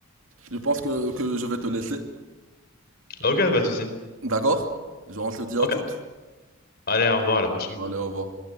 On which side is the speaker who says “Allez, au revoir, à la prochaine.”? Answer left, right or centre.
Left